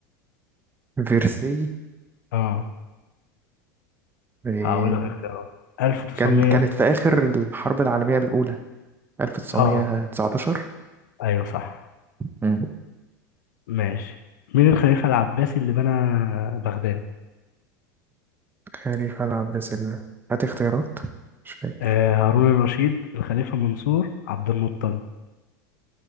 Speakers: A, on the right (about 20°); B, on the left (about 70°).
A: فيرسي
B: اه
A: إيه،
B: هقول لك اختيارات 1900
A: كان كانت في آخر الحرب العالمية الأولى 1919
B: اه أيوه صح
A: مم.
B: ماشي مين الخليفة العباسي اللي بنى بغداد
A: خليفة العباس ال- هات اختيارات مش فاكر
B: آه هارون الرشيد الخليفة منصور عبد المطلب